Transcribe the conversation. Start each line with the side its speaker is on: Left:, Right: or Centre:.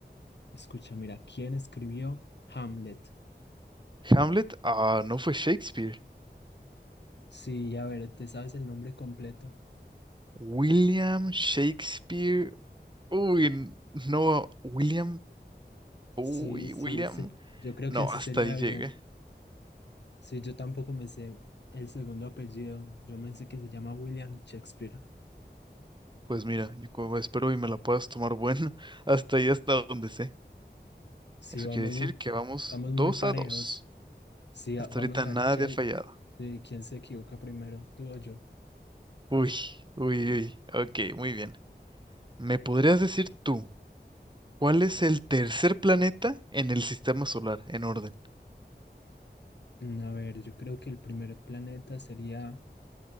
Left: Escucha, mira, ¿quién escribió Hamlet?
Right: Hamlet. Ah, no fue Shakespeare.
Left: Sí, a ver, ¿te sabes el nombre completo?
Right: William Shakespeare. Uy, n- no. William. Uy,
Left: Sí, sí,
Right: William.
Left: sí. Yo creo
Right: No,
Left: que así
Right: hasta
Left: sería
Right: ahí llegué.
Left: bien. Sí, yo tampoco me sé el segundo apellido. Yo me sé que se llama William Shakespeare.
Right: Pues mira, yo como espero y me la puedas tomar bueno. <laughs> Hasta ahí, hasta donde sé.
Left: Sí,
Right: Eso
Left: vamos
Right: quiere decir
Left: muy,
Right: que vamos
Left: vamos
Right: dos
Left: muy parejos.
Right: a dos,
Left: Sí, a-
Right: Hasta
Left: vamos
Right: ahorita
Left: a
Right: nadie
Left: ver quién,
Right: ha fallado.
Left: eh, quién se equivoca primero, tú o yo.
Right: Uy, uy, uy. Ok, muy bien. ¿Me podrías decir tú? ¿Cuál es el tercer planeta en el sistema solar en orden?
Left: Mm, A ver, yo creo que el primer planeta sería